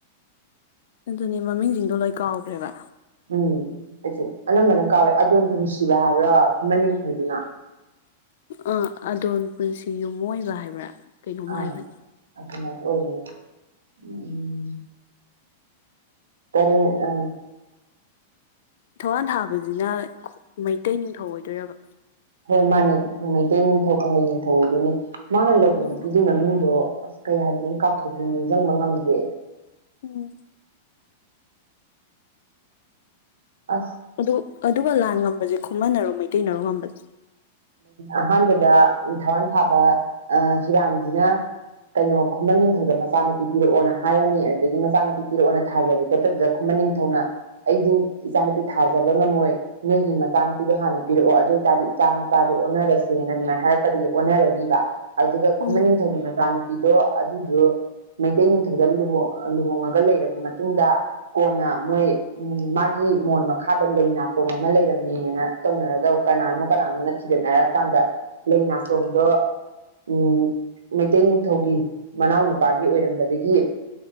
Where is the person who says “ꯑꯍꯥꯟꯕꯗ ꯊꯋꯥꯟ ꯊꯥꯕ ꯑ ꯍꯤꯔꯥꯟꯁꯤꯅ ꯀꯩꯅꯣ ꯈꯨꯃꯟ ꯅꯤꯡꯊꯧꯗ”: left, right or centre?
Right